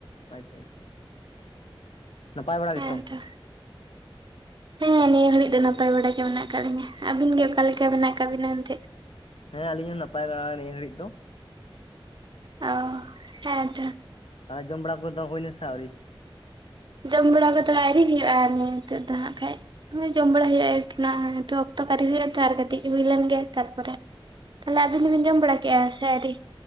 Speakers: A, on the left; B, on the right.
A: ᱟᱪᱪᱷᱟ ᱟᱪᱷᱟ ᱟᱪᱷᱟ ᱱᱟᱯᱟᱭ ᱵᱟᱲᱟ
B: ᱦᱮᱸ
A: ᱜᱮᱛᱚ?
B: ᱛᱚ ᱦᱮᱸ ᱱᱤᱭᱟᱹ ᱜᱷᱟᱹᱲᱤᱡ ᱫᱚ ᱱᱟᱯᱟᱭ ᱵᱟᱲᱟ ᱜᱮ ᱢᱮᱱᱟᱜ ᱟᱠᱟᱜ ᱞᱤᱧᱟᱹ ᱟᱵᱤᱱ ᱜᱮ ᱚᱠᱟ ᱞᱮᱠᱟ ᱢᱮᱱᱟᱜ ᱟᱠᱟᱜ ᱵᱤᱱᱟ ᱮᱱᱛᱮᱜ?
A: ᱦᱮᱸ ᱟᱞᱤᱧ ᱦᱚᱸ ᱱᱟᱯᱟᱭ ᱵᱟᱲᱟ ᱜᱮ ᱱᱤᱭᱟᱹ ᱜᱷᱟᱹᱲᱤᱡ ᱫᱚ᱾
B: ᱚ ᱦᱮᱸᱛᱚ᱾
A: ᱛᱟᱦᱚᱞᱮ ᱡᱚᱢ ᱵᱟᱲᱟ ᱠᱚᱫᱚ ᱦᱩᱭ ᱱᱟ ᱥᱮ ᱟᱣᱨᱤ?
B: ᱡᱚᱢ ᱵᱟᱲᱟ ᱠᱚ ᱫᱚ ᱟᱣᱨᱤ ᱦᱩᱭᱩᱜ-ᱟ ᱱᱤᱭᱟᱹ ᱱᱤᱛᱚᱜ ᱫᱚ ᱦᱟᱸᱜ ᱠᱷᱟᱡᱼᱼ ᱦᱮᱸ ᱡᱚᱢ ᱵᱟᱲᱟ ᱦᱩᱭᱩᱜ-ᱟ ᱟᱨ ᱠᱤ ᱱᱚᱜ-ᱚᱭ ᱱᱤᱛᱚᱜ ᱚᱠᱛᱚ ᱟᱣᱨᱤ ᱦᱩᱭᱩᱜ-ᱟ ᱛᱚ ᱟᱨ ᱠᱟᱹᱴᱤᱡᱼᱼ ᱦᱩᱭ ᱞᱮᱱ ᱜᱮ ᱛᱟᱨᱯᱚᱨᱮ, ᱛᱟᱦᱚᱞᱮ ᱟᱵᱤᱱ ᱫᱩᱵᱤᱱ ᱡᱚᱢ ᱵᱟᱲᱟ ᱠᱮᱜ-ᱟ ᱥᱮ ᱟᱣᱨᱤ?